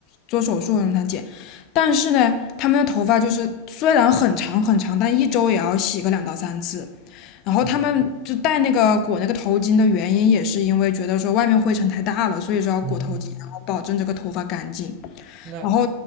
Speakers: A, on the left; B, on the right.
A: 做手术的人才剪。但是呢，他们的头发就是虽然很长很长，但一周也要洗个两到三次。然后他们就戴那个裹那个头巾的原因，
B: 嗯
A: 也是因为觉得说外面灰尘太大了，所以说要裹头巾，
B: 嗯嗯，
A: 然后保证这个头发干净。
B: 那
A: 然后